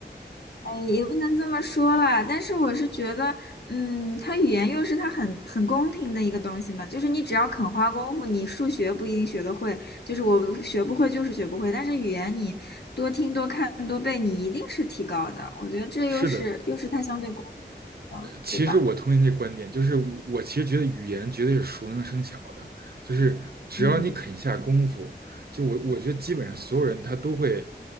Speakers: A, on the left; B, on the right.
A: 哎，也不能这么说啦，但是我是觉得，嗯，它语言又是它很很公平的一个东西嘛，就是你只要肯花功夫，你数学不一定学得会，就是我学不会就是学不会，但是语言你多听多看多背，你一定是提高的。我觉得这又是又是它相对公平的，
B: 是的，呃，其实我同意您这观点，
A: 对吧？
B: 就是我其实觉得语言绝对是熟能生巧的，就是只要你肯下功夫，
A: 嗯，
B: 就我我觉得基本上所有人他都会